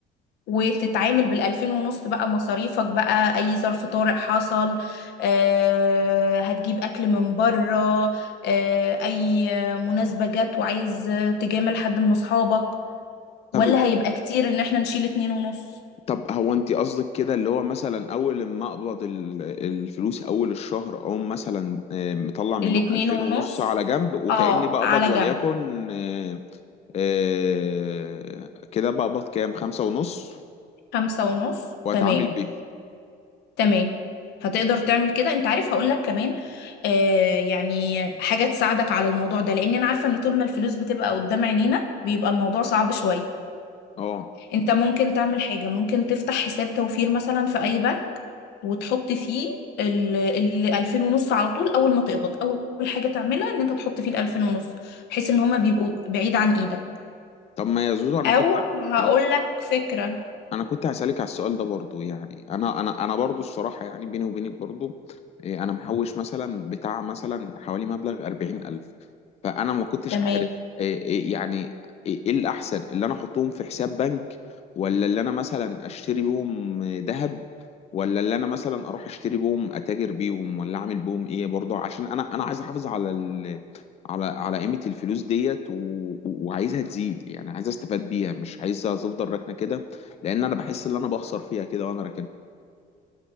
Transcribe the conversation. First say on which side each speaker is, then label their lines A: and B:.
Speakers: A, on the left; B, on the left.
A: وتتعامل بالألفين ونص بقى مصاريفك بقى أي ظرف طارئ حصل آه، هتجيب أكل من بره آه، أي مناسبة جت وعايز تجامل حد من أصحابك
B: طب
A: ولا هيبقى كتير إن احنا نشيل اتنين ونص
B: طب هو انت قصدك كده اللي هو مثلا اول ما اقبض ال- الفلوس اول الشهر او مثلا آه، مطلع منهم
A: الاتنين
B: 2000
A: ونص
B: ونص على جنب وكأني
A: اه
B: بقبض
A: على
B: وليكن
A: جنب
B: آه، آه، كده بقبض كام خمسة ونص
A: خمسة ونص
B: واتعامل
A: تمام
B: بيه
A: تمام هتقدر تعمل كده انت عارف هقولك كمان آه يعني حاجة تساعدك على الموضوع ده لان انا عارفة ان طول ما الفلوس بتبقى قدام عينينا بيبقى الموضوع صعب شوية
B: اه
A: انت ممكن تعمل حاجة ممكن تفتح حساب توفير مثلا في اي بنك وتحط فيه ال ال 2000 ونص على طول اول ما تقبض اول حاجة تعملها ان انت تحط فيه ال 2000 ونص بحيث ان هما بيبقوا بعيد عن ايدك
B: طب ما يا زوزو انا
A: او
B: كنت
A: هقول
B: انا
A: لك فكرة
B: انا كنت هسألك على السؤال ده برضو يعني انا انا انا برضو الصراحة يعني بيني وبينك برضو إيه، انا محوش مثلا بتاع مثلا حوالي مبلغ 40000 فانا ما كنتش
A: تمام
B: عارف إيه إيه يعني ايه إيه الاحسن اللي انا احطهم في حساب بنك ولا اللي انا مثلا اشتري بيهم ذهب ولا اللي انا مثلا اروح اشتري بيهم اتاجر بيهم ولا اعمل بيهم ايه برضو عشان انا انا عايز احافظ على ال... على على قيمة الفلوس ديت و... وعايزها تزيد يعني عايز استفاد بيها مش عايزها تفضل راكنة كده لان انا بحس ان انا بخسر فيها كده وانا راكنها